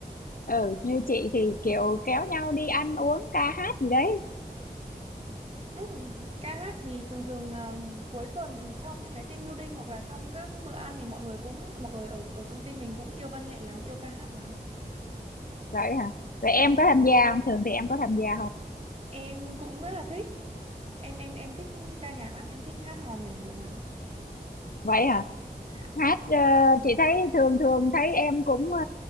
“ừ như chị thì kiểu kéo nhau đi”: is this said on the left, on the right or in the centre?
Left